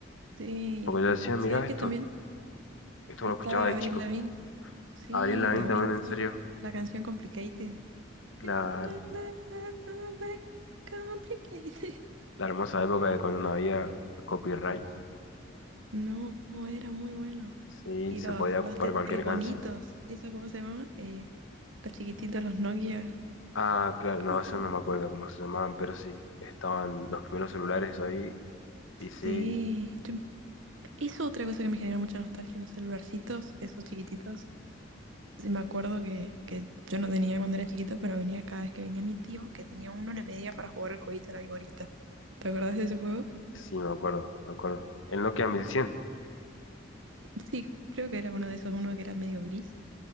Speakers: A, on the right (about 80°); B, on the left (about 85°).
A: sí.
B: porque yo decía, mirá,
A: ¿Sabes
B: esto,
A: qué también?
B: esto
A: Estaba
B: lo escuchaba de
A: Avril
B: chico.
A: Lavigne. Sí,
B: Abril Lavigne
A: Avril,
B: también,
A: Avril.
B: en serio,
A: La canción Complicated.
B: la,
A: <laughs>
B: la hermosa época de cuando no había copyright,
A: No, era muy bueno.
B: sí,
A: Y
B: se
A: los,
B: podía
A: los
B: ocupar
A: te-
B: cualquier
A: telefonitos,
B: canción.
A: ¿eso cómo se llamaban? Eh, los chiquititos, los Nokia.
B: Ah, claro, no,
A: Ah,
B: eso no me acuerdo cómo se llamaban, pero sí, estaban los primeros celulares ahí Y sí,
A: sí. Yo- eso otra cosa que me genera mucha nostalgia, los celularcitos, esos chiquititos. Sí, me acuerdo que, que yo no tenía cuando era chiquito, pero venía cada vez que venía mi tío, que tenía uno, le pedía para jugar el jueguito de la vigorita. ¿Te acordás de ese juego?
B: sí, me acuerdo, me acuerdo. El Nokia mil cien
A: Sí, creo que era uno de esos, uno que era medio gris.